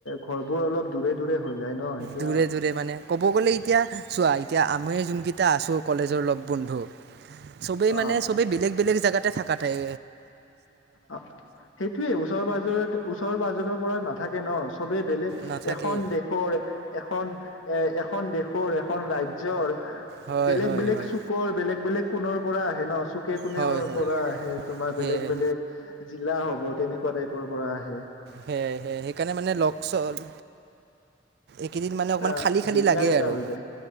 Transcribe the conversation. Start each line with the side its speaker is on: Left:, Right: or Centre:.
Left: ঘৰবোৰ অলপ দূৰে দূৰে হৈ যায় ন এতিয়া
Right: দূৰে -দূৰে মানে ক'ব গ'লে এতিয়া চোৱা এতিয়া আমি যোনকেইটা আছোঁ কলেজৰ লগ বন্ধু চবেই
Left: অ
Right: মানে চবেই বেলেগ- বেলেগ জেগাতে থাকা ঠাই
Left: অহ, সেইটোয়ে ওচৰ - পাজৰে - ওচৰ- পাজৰৰ পৰা নাথাকে ন' চবেই বেলেগ
Right: নাথাকেই
Left: এখন দেশৰ এখন এ এখন দেশৰ এখন ৰাজ্যৰ
Right: হয়
Left: বেলেগ-
Right: হয়
Left: বেলেগ
Right: হয়
Left: চুকৰ বেলেগ- বেলেগ কোণ পৰা আহে ন' চুকে কোনে
Right: হয় হয়
Left: পৰা আহে তোমাৰ
Right: সেয়াই
Left: বেলেগ -বেলেগ জিলা হ'ব তেনেকুৱা টাইপৰ পৰা আহে।
Right: সেয়াই- সেয়াই সেইকাৰণে মানে লগ- চগ এইকেইদিন মানে
Left: এটা
Right: অকমান খালি -খালি
Left: দিগদাৰ
Right: লাগে
Left: এটা
Right: আৰু
Left: হৈ যায়